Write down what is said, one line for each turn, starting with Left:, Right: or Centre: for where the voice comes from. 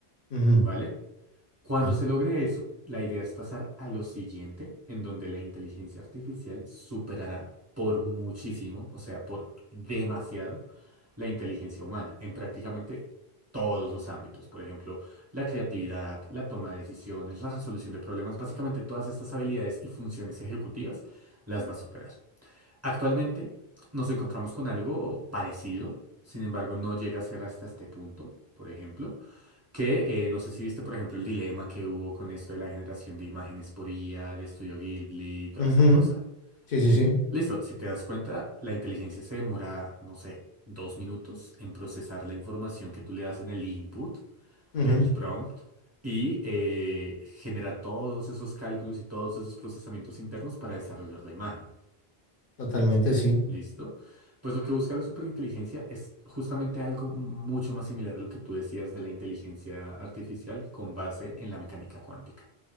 Left: Ujú,
Right: ¿vale? Cuando
Left: ok.
Right: se logre eso, la idea es pasar a lo siguiente, en donde la inteligencia artificial superará por muchísimo, o sea, por demasiado, la inteligencia humana en prácticamente todos los ámbitos. Por ejemplo, la creatividad, la toma de decisiones, la resolución de problemas, básicamente todas estas habilidades y funciones ejecutivas las va a superar. Actualmente nos encontramos con algo parecido, sin embargo, no llega a ser hasta este punto, por ejemplo. Que eh, no sé si viste, por ejemplo, el dilema que hubo con esto de la generación de imágenes por IA, de Estudio Ghibli, toda
Left: Ujú,
Right: esa cosa.
Left: Sí, sí, sí.
Right: Listo, si te das cuenta, la inteligencia se demora, no sé, dos minutos en procesar la información que tú le das en el input
Left: Ujú,
Right: del prompt y eh, genera todos esos cálculos y todos esos procesamientos internos para desarrollar la imagen.
Left: Totalmente, sí.
Right: ¿Listo? Pues lo que busca la superinteligencia es justamente algo mucho más similar a lo que tú decías de la inteligencia artificial con base en la mecánica cuántica.